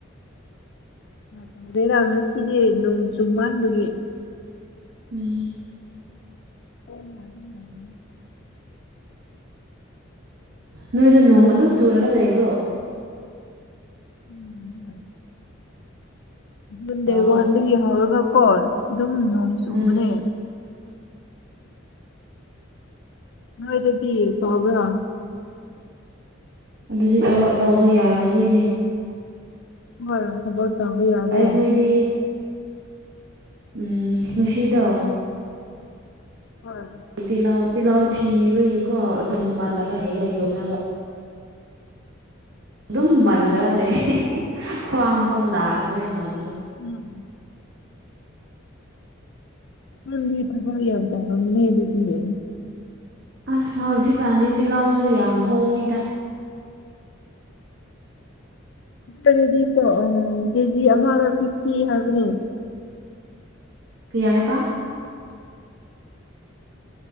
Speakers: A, on the left (about 60°); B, on the right (about 60°).
A: ꯇꯧꯗꯦꯗꯥ ꯉꯁꯤꯗꯤ ꯅꯣꯡ ꯆꯨꯃꯥꯟꯕꯒꯤ
B: ꯎꯝ
A: <unintelligible>
B: ꯅꯣꯏꯗ ꯅꯣꯡ ꯑꯗꯨꯝ ꯆꯨꯔꯒ ꯂꯩꯕ꯭ꯔꯣ
A: ꯎꯝ ꯍꯣꯏ ꯖꯨꯟ
B: ꯂꯣ
A: ꯗꯦꯠ ꯋꯥꯟꯗꯒꯤ ꯍꯧꯔꯒꯀꯣ ꯑꯗꯨꯝ ꯅꯣꯡ ꯆꯨꯕꯅꯦ
B: ꯎꯝ
A: ꯅꯣꯏꯗꯗꯤ ꯐꯕ꯭ꯔꯥ
B: ꯑꯗꯨꯗꯤ ꯊꯕꯛ ꯇꯧꯕ ꯌꯥꯔꯔꯣꯏꯅꯦ
A: ꯍꯣꯏ ꯊꯕꯛ ꯇꯧꯕ ꯌꯥꯗꯦ
B: ꯑꯩꯈꯣꯏꯗꯤ ꯎꯝ ꯉꯥꯁꯤꯗꯣ
A: ꯍꯣꯏ
B: ꯇꯤꯜꯍꯥꯎ ꯇꯤꯜꯍꯥꯎ ꯊꯤꯕꯒꯤꯀꯣ ꯑꯗꯨꯝ ꯃꯥꯟꯅꯒ ꯂꯩꯌꯦ ꯂꯩ ꯌꯣꯟꯅꯕ ꯑꯗꯨꯝ ꯃꯜꯂꯒ ꯂꯩ ꯈ꯭ꯋꯥꯡ ꯐꯩ ꯅꯥꯈ꯭ꯔꯦ ꯃꯟ
A: ꯑꯝ ꯅꯪꯗꯤ ꯊꯕꯛ ꯌꯥꯝ ꯇꯧꯔꯝꯃꯤꯅꯦ ꯗꯨꯗꯤ
B: ꯑꯥꯏ ꯍꯥꯎꯖꯤꯛꯀꯥꯟꯗꯤ ꯇꯤꯜꯍꯧꯁꯨ ꯌꯥꯝ ꯍꯣꯡꯉꯤꯗ
A: ꯑꯗꯨꯗꯤ ꯀꯣ ꯎꯝ ꯀꯦꯖꯤ ꯑꯃꯒ ꯐꯤꯐꯇꯤ ꯍꯥꯏꯕꯅꯦ
B: ꯀꯩ ꯍꯥꯏꯕ